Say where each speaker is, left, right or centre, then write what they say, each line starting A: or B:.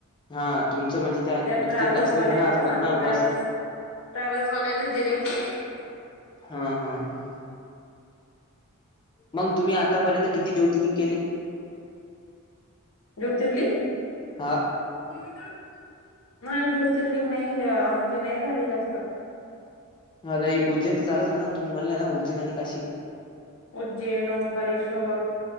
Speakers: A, on the left (about 20°); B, on the left (about 65°).
A: हा तुमं म्हणजे
B: त्या
A: म्हणजे
B: ट्रॅव्हल्स
A: ते जास्त
B: वाल्याकडच.
A: जण असतात
B: आम्ही
A: ना बस
B: ट्रॅव्हल्स, ट्रॅव्हल्स वाल्यालाच दिले होते.
A: ह, ह, ह. मग तुम्ही आतापर्यंत किती जोतीलिंग केले.
B: ज्योतिर्लिंग.
A: हा
B: नाही ज्योतिर्लिंग नाही. आमचे नाही झाले जास्त.
A: म आता एक उज्जैनचं झालंच होतं ना. तुम्ही म्हणल्या ना उज्जैन आणि काशी.
B: उज्जैन, ओंकारेश्वर.